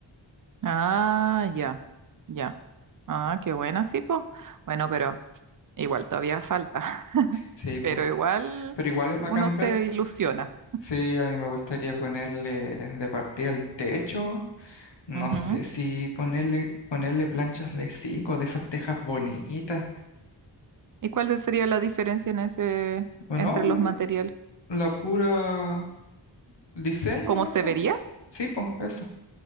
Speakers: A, on the right (about 50°); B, on the left (about 70°).
A: Ah, ya, ya. Ah, qué buena, sí, pues. Bueno, pero igual todavía falta, <laughs>
B: Sí, pues.
A: pero igual
B: Pero igual es bacán
A: uno se
B: ver.
A: ilusiona.
B: Sí, a mí me gustaría ponerle de partida el techo. No
A: Ujú.
B: sé si ponerle, ponerle planchas de zinc o de esas tejas bonitas.
A: ¿Y cuál sería la diferencia en ese,
B: O
A: entre
B: no, l-
A: los materiales?
B: la pura diseño
A: ¿Cómo
B: nomás,
A: se
B: po.
A: vería?
B: Sí, pues, eso.